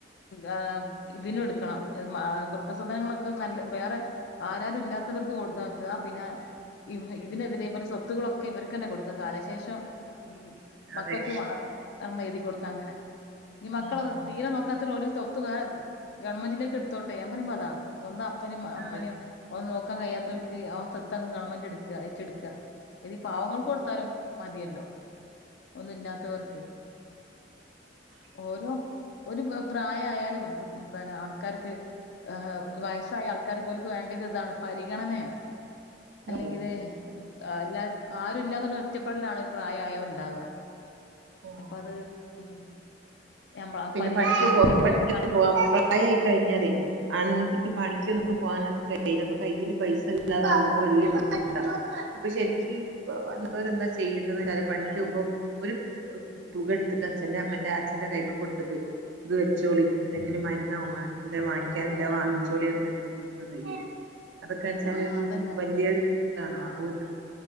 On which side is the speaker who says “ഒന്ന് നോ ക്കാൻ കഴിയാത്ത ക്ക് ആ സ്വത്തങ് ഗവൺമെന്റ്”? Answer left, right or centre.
Left